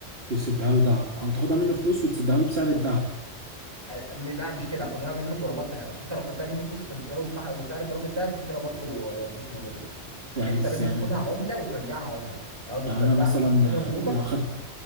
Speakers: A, on the right (about 60°); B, on the right (about 25°).
A: وتسدها له دهب او تاخدها منه فلوس وتسدها له بسعر الدهب
B: أم- لا مش كده اخدها منه جرامات ذهب عشان انت لو خدتها منه فلوس سدتها له بتاع- بسعر جرام الذهب انت كده برضو آه، ده اسمه ربا
A: يعني
B: كان انت
A: إز-
B: لازم
A: يعني
B: تاخدها عمله وترجعها عمله قصدي
A: يعني
B: ترجع
A: انا مثلا
B: تاخدها برودكت
A: آه، لو خدت